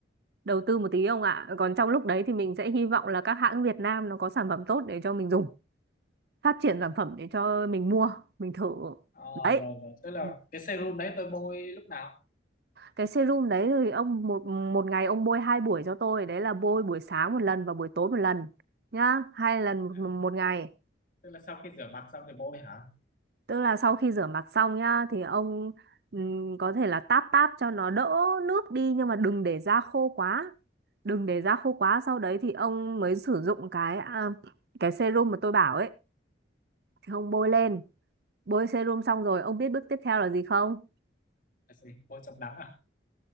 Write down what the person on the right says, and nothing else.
đầu tư một tí ông ạ. Còn trong lúc đấy thì mình sẽ hy vọng là các hãng Việt Nam nó có sản phẩm tốt để cho mình dùng, phát triển sản phẩm để cho mình mua, mình thử.
Đấy.
Ừ.
cái serum đấy thì ông một một ngày ông bôi hai buổi cho tôi đấy là bôi buổi sáng một lần và buổi tối một lần nhá hai lần một,
một ngày
tức là sau khi rửa mặt xong nhá thì ông ừm, có thể là táp táp cho nó đỡ nước đi nhưng mà đừng để da khô quá đừng để da khô quá sau đấy thì ông mới sử dụng cái à, cái serum mà tôi bảo ấy thì ông bôi lên
bôi serum xong rồi ông biết bước tiếp theo là gì không